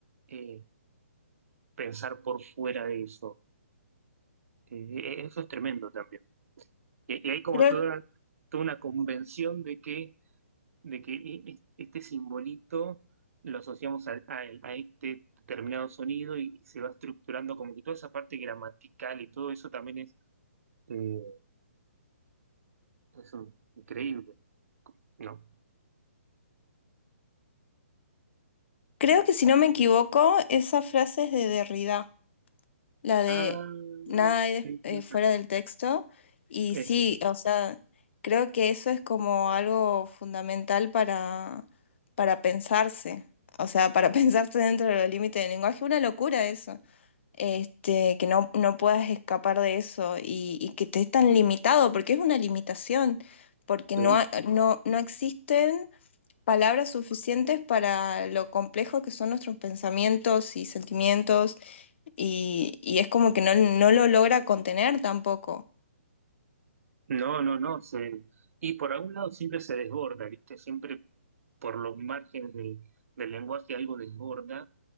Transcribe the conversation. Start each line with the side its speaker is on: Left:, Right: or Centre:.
Right: eh, pensar por fuera de eso. Eh, e- e, eso es tremendo también. Y, y hay como
Left: Creo,
Right: toda, toda una convención de que de que e- e- este simbolito lo asociamos al- a, a este determinado sonido y, y se va estructurando como que toda esa parte gramatical y todo eso también es, eh, es un- increíble, ¿no?
Left: creo que si no me equivoco, esa frase es de Derrida. La de
Right: Ah,
Left: nada hay des-
Right: sí,
Left: eh,
Right: sí,
Left: fuera del texto. Y
Right: eso,
Left: sí, o sea, creo que eso es como algo fundamental para, para pensarse. O sea, para <laughs> pensarse dentro de los límites del lenguaje. Una locura eso. Este, que no, no puedas escapar de eso y, y que te es tan limitado, porque es una limitación, porque no,
Right: sí.
Left: ha- no, no existen palabras suficientes para lo complejo que son nuestros pensamientos y sentimientos y, y es como que no, no lo logra contener tampoco.
Right: No, no, no, se- y por algún lado siempre se desborda, ¿viste? Siempre por los márgenes del, del lenguaje algo desborda